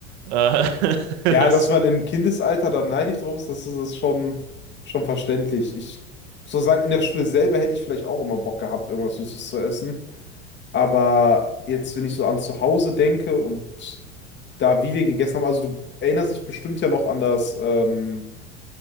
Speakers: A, on the right; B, on the left.
A: Äh, <laughs>
B: Ja,
A: das
B: dass man im Kindesalter da neidisch drauf ist, das ist das schon, schon verständlich. Ich muss auch sagen, in der Schule selber hätte ich vielleicht auch immer Bock gehabt, irgendwas Süßes zu essen. Aber jetzt, wenn ich so an zu Hause denke und da, wie wir gegessen haben, also du erinnerst dich bestimmt ja noch an das, ähm,